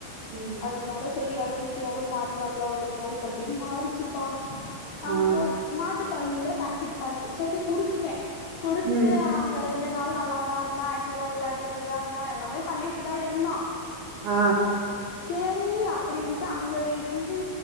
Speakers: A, on the right; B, on the left.
A: ம்
B: அதனால செரி எட விட்டு எடம் மாரி பார்க்கலா ஒரு ரெண்டு நாளைக்கு அப்டின்னு மாறுச்சுப்பா அங்க
A: ஆ
B: மாட்டுப்பால் இல்ல பாக்கெட் பால் செரி குடுத்துட்டே குடுத்துட்டு
A: ம்
B: ஆ அங்க ரெண்டு நாள் நல்லாதா இருந்தா ஆக்டிவா விளாடிட்டுதா இருந்தா எல்லாமே பண்ணிட்டு தா இருந்தா
A: ஆ
B: <inaudible> செரி அப்டின்ட்டு அங்க இருந்து